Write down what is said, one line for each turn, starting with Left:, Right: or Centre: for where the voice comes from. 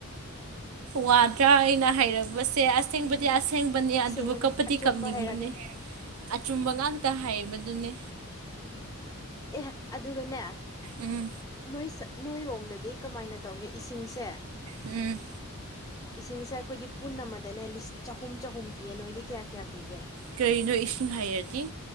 Right: ꯋꯥꯗ꯭ꯔꯥ ꯑꯩꯅ ꯍꯥꯏꯔꯄ ꯃꯁꯦ ꯑꯁꯦꯡꯕꯗꯤ
Left: ꯎꯝ
Right: ꯑꯁꯦꯡꯕꯅꯦ
Left: ꯑꯁꯦꯡꯕꯅꯦ
Right: ꯑꯗꯨꯕꯨ ꯀꯞꯄꯗꯤ
Left: ꯑꯆꯨꯝꯕ
Right: ꯀꯞꯅꯤꯡꯕꯅꯦ
Left: ꯍꯥꯏꯔꯒꯦ
Right: ꯑꯆꯨꯝꯕ ꯉꯥꯛꯇ ꯍꯥꯏꯕꯗꯨꯅꯦ
Left: ꯎꯝ ꯑꯦ ꯑꯗꯨꯒꯅꯦ
Right: ꯎꯝ
Left: ꯅꯣꯏ ꯅꯣꯏꯔꯣꯝꯗꯗꯤ ꯀꯃꯥꯏꯅ ꯇꯧꯒꯦ ꯏꯁꯤꯡꯁꯦ
Right: ꯎꯝ
Left: ꯏꯁꯤꯡꯁꯦ ꯑꯩꯈꯣꯏꯗꯤ ꯄꯨꯟ ꯑꯃꯗꯅꯦ ꯂꯤꯁ ꯆꯍꯨꯝ ꯆꯍꯨꯝ ꯄꯤꯌꯦ ꯅꯣꯏꯗꯤ ꯀꯌꯥ ꯀꯌꯥ ꯄꯤꯒꯦ
Right: ꯀꯔꯤꯅꯣ ꯏꯁꯤꯡ ꯍꯩꯔꯗꯤ